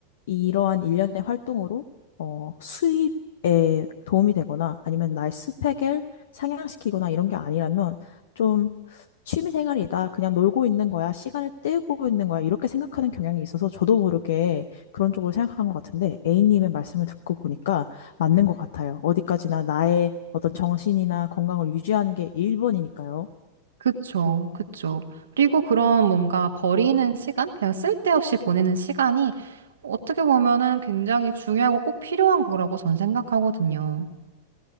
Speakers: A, on the left; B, on the right.
A: 이러한 일련의 활동으로 어, 수입에 도움이 되거나 아니면 나의 스펙을 상향시키거나 이런 게 아니라면 좀 취미 생활이다. 그냥 놀고 있는 거야. 시간을 때우고 있는 거야. 이렇게 생각하는 경향이 있어서 저도 모르게 그런 쪽으로 생각한 것 같은데 A님의 말씀을 듣고 보니까 맞는 것 같아요. 어디까지나 나의 어떤 정신이나 건강을 유지하는 게 1번이니까요.
B: 그쵸, 그쵸. 그리고 그런 뭔가 버리는 시간? 그냥 쓸데없이 보내는 시간이 어떻게 보면은 굉장히 중요하고 꼭 필요한 거라고 전 생각하거든요.